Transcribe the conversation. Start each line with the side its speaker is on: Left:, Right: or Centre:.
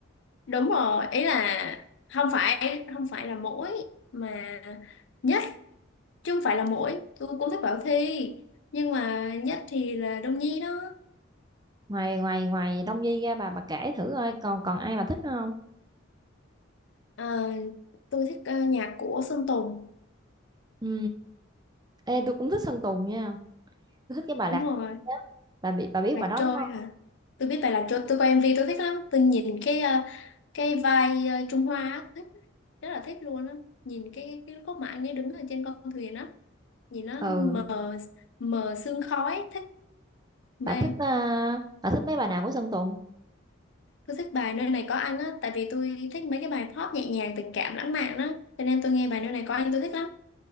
Left: đúng rồi ý là không phải không phải là mỗi mà nhất chứ không phải là mỗi tôi cũng thích Bảo Thy nhưng mà nhất thì là Đông Nhi đó
Right: ngoài ngoài ngoài Đông Nhi ra bà bà kể thử coi còn còn ai bà thích nữa không
Left: Ờ, tôi thích ờ, nhạc của Sơn Tùng
Right: ừ Ê, tôi cũng thích Sơn Tùng nha tôi thích cái bài
Left: đúng
Right: Lạc
Left: rồi
Right: Quê á. bà bị bà biết
Left: Lạc
Right: bài đó
Left: Trôi
Right: đúng không
Left: hả tôi biết bài Lạc Trôi tôi coi MV tôi thích lắm tôi nhìn cái ờ, cái vai ờ, Trung Hoa á, thích rất là thích luôn á nhìn cái cái cốt mà anh ấy đứng ở trên con thuyền á nhìn nó
Right: ừ
Left: mờ mờ sương khói thích mê
Right: bà thích à, bà thích mấy bài nào của Sơn Tùng
Left: Tôi thích bài nơi này có anh á, tại vì tôi thích mấy cái bài pop nhẹ nhàng, tình cảm, lãng mạn á, cho nên tôi nghe bài nơi này có anh tôi thích lắm.